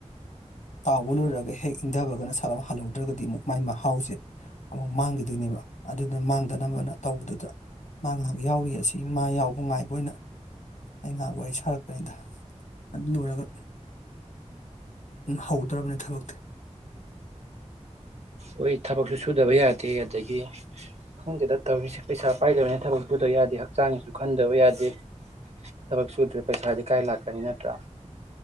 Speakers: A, on the left; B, on the right.
A: ꯇꯥꯎꯕ ꯂꯣꯏꯔꯒ ꯍꯦꯛ ꯏꯗꯕꯒ ꯅꯁꯥꯗꯣ ꯍꯜꯍꯧ ꯇ꯭ꯔꯒꯗꯤ ꯑꯃꯨꯛ ꯃꯥꯏ ꯃꯍꯥꯎꯁꯦ ꯑꯃꯨꯛ ꯃꯥꯡꯒꯤꯗꯨꯏꯅꯦꯕ ꯑꯗꯨꯗ ꯃꯥꯡꯗꯅꯕꯅ ꯇꯧꯕꯗꯨꯗ ꯃꯥ ꯉꯥꯏꯍꯥꯛ ꯌꯥꯎꯔꯤ ꯑꯁꯤ ꯃꯥ ꯌꯥꯎꯕ ꯉꯥꯏꯕ ꯑꯣꯏꯅ ꯑꯩ ꯉꯥꯏꯍꯥꯛ ꯋꯥꯔꯤ ꯁꯥꯔꯛꯄꯅꯤꯗ ꯑꯗꯨ ꯂꯣꯏꯔꯒ ꯎꯝ ꯍꯧꯗꯣꯔꯕꯅꯤ ꯊꯕꯛꯇꯤ
B: ꯍꯣꯏ ꯊꯕꯛꯁꯨ ꯁꯨꯗꯕ ꯌꯥꯗꯦ ꯑꯗꯒꯤ ꯈꯪꯗꯦꯗꯠꯇꯧꯔꯤꯁꯦ ꯄꯩꯁꯥ ꯄꯥꯏꯗꯕꯅꯤꯅ ꯊꯕꯛ ꯁꯨꯗꯕ ꯌꯥꯗꯦ ꯍꯛꯆꯥꯡꯒꯤꯁꯨ ꯈꯟꯗꯕ ꯌꯥꯗꯦ ꯊꯕꯛ ꯁꯨꯗ꯭ꯔꯦ ꯄꯩꯁꯥꯗꯤ ꯀꯥꯏ ꯂꯥꯛꯀꯅꯤ ꯅꯠꯇ꯭ꯔꯥ